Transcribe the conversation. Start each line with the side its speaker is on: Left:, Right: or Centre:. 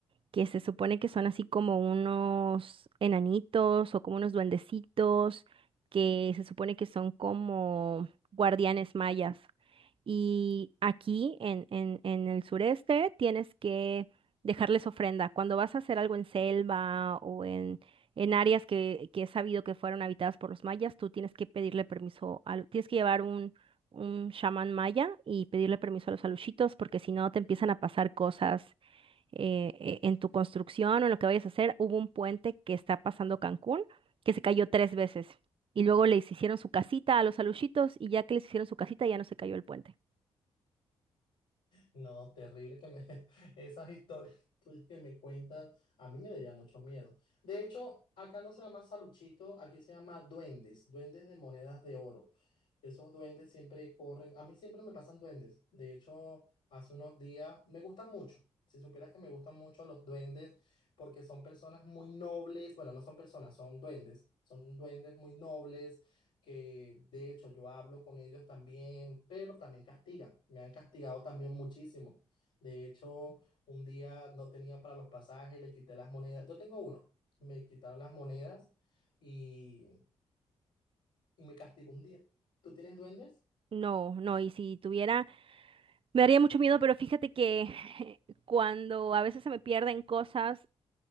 Right: que se supone que son así como unos enanitos o como unos duendecitos, que se supone que son como guardianes mayas. Y aquí en, en, en el sureste tienes que dejarles ofrenda. Cuando vas a hacer algo en selva o en, en áreas que, que es sabido que fueron habitadas por los mayas, tú tienes que pedirle permiso, al- tienes que llevar un, un chamán maya y pedirle permiso a los alushitos porque si no te empiezan a pasar cosas eh, eh, en tu construcción o en lo que vayas a hacer, hubo un puente que está pasando Cancún que se cayó tres veces. Y luego les hicieron su casita a los aluchitos y ya que les hicieron su casita ya no se cayó el puente.
Left: No, terrible que me <laughs> esas historias tuyas que me cuentas, a mí me daría mucho miedo. De hecho, acá no se llama saluchito, aquí se llama duendes, duendes de monedas de oro. Esos duendes siempre corren, a mí siempre me pasan duendes. De hecho, hace unos días me gustan mucho. Si supieras que me gustan mucho los duendes porque son personas muy nobles, bueno, no son personas, son duendes, son duendes muy nobles que de hecho yo hablo con ellos también, pero también castigan, me han castigado también muchísimo. De hecho, un día no tenía para los pasajes, le quité las monedas, yo tengo uno, me quitaron las monedas y, y me castigó un día. ¿Tú tienes duendes?
Right: No, no, y si tuviera, me daría mucho miedo, pero fíjate que <laughs> cuando a veces se me pierden cosas